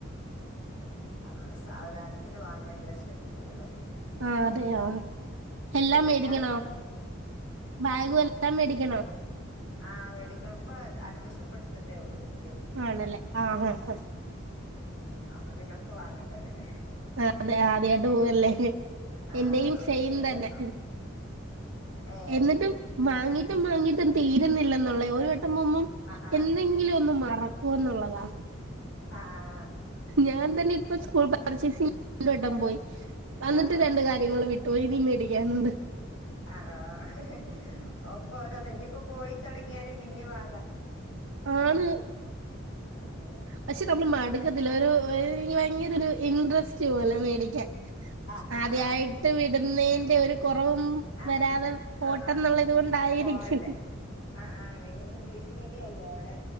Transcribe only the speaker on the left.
അ സാവധാന വാങ്ങാൻ ചേർച്ചിയണ്ട് പോകന്ന്
കുട്ടികളെയും
കൊണ്ട്
ആ് മേടിക്കണ ഇപ്പ അഡ്മിഷൻ പടുത്തിട്ടേ ഉള്ളൂ എനി
ആ അപ്പൊ പിന്നെ ഒക്കെ വാങ്ങണ്ടേത് തന്നെ
ആഹ്
ആദ്യായിട്ട്
പോവല്ലേ
ഏഹ്
ആഹ്
ആഹ് ആഹ്
ആഹ് ആഹ്
ആഹ ഒക്ക ഒരോന്ന് ഇനിയിപ്പ പോയി. തെടങ്ങിയാലും പിന്നെ വാങ്ങാ
ഉം ഉം
ആ
ആ
ആ
ആ ആ
പോവട്ടെ ആ ആ എങ്ങനെ ഇംഗ്ലീഷ് മീഡിയം അല്ലേ. ഡേ